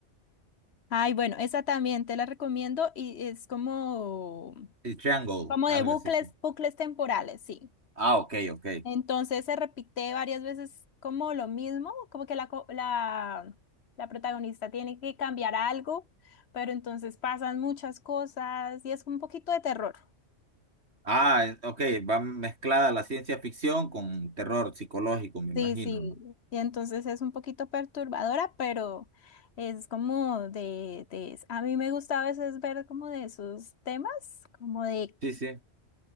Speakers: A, on the left; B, on the right.
A: Ay, bueno, esa también te la recomiendo y es como,
B: Y Triangle,
A: como
B: algo
A: de bucles,
B: así.
A: bucles temporales, sí.
B: Ah, ok, ok.
A: Entonces se repite varias veces como lo mismo, como que la, co- la, la protagonista tiene que cambiar algo, pero entonces pasan muchas cosas y es un poquito de terror.
B: Ah, eh, ok, va mezclada la ciencia ficción con terror psicológico, me imagino,
A: Sí, sí,
B: ¿no?
A: y entonces es un poquito perturbadora, pero es como de, de, a mí me gusta a veces ver como de esos temas, como de
B: Sí, sí.